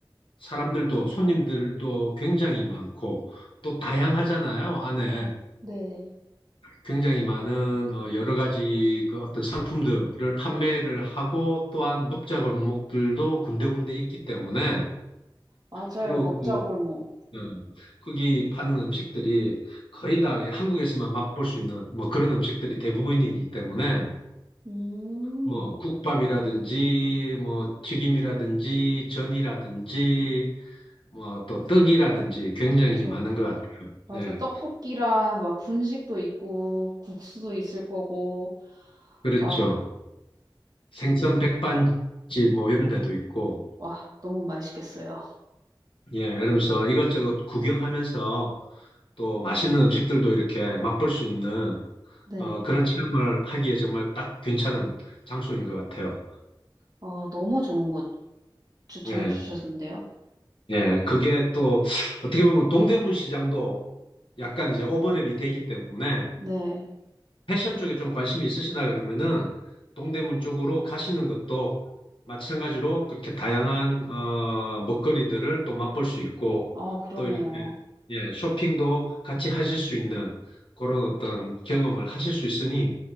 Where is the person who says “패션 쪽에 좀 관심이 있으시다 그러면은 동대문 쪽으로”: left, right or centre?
Left